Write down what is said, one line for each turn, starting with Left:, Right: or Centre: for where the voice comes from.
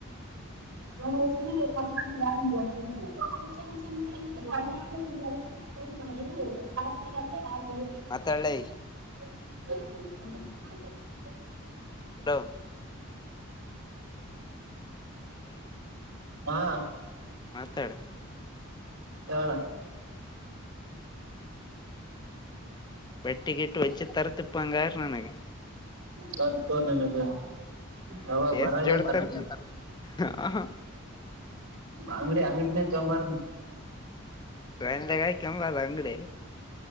Right: <unintelligible> <unintelligible> ಹ
Left: ಮಾತಾಡ್ಲೈ
Right: <inaudible>
Left: ಹಲೋ
Right: ಹಾ
Left: ಮಾತಾಡ್
Right: ಹೇಳ್
Left: ಬಟ್ಟಿ ಗಿಟ್ ವಂಚಿ ತರ್ಥಿಪ ಅಂಗಾರ್ ನನ್ಗೆ.
Right: ತರ್ತು ನನಗ
Left: ಹ್ಮ್
Right: ಯಾವಾಗ ಬರಾಗ
Left: ಎಷ್ಟ ಜೋಡ್ತರ್
Right: ತರ್ತೀನಿ
Left: ತರ್ಥಿ <unintelligible> ಹ ಹ
Right: ಆಂಗಡಿ ಆಂಗಡಿ ನೆ ತಗೊಬರನ್.
Left: ಫ್ರೆಂಡ್ <unintelligible> ಕೆಂಬಲ್ಲ ಅಂಗಡಿ